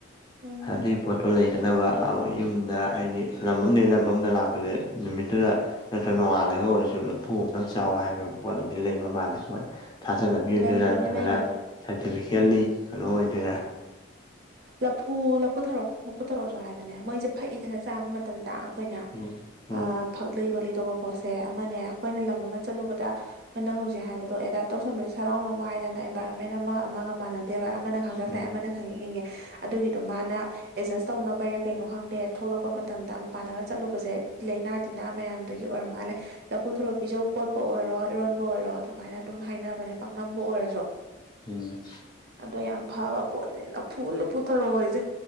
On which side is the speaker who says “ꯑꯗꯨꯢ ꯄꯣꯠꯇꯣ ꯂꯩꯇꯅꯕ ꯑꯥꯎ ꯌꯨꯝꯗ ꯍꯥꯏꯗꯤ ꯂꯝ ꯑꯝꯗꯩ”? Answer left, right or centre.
Left